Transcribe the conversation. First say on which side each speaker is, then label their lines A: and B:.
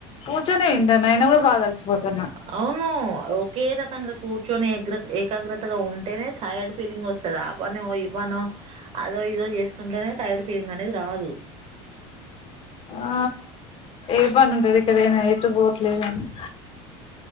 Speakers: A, on the left; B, on the right.
A: కూర్చొనే వింటాను అయినా కూడా బాగా అలిసిపోతున్నా
B: అవును ఒకే రకంగ కూర్చొని ఏగ్ర ఏకాగ్రతగా ఉంటేనే టైర్డ్ ఫీలింగ్ వస్తుంది ఆ పనో ఈ పనో అదో ఇదో చేస్తుంటేనే టైర్డ్ ఫీలింగ్ అనేది రాదు
A: ఆ ఏ పని ఉంటది ఇక్కడైనా ఎటు పోవట్లేదుండి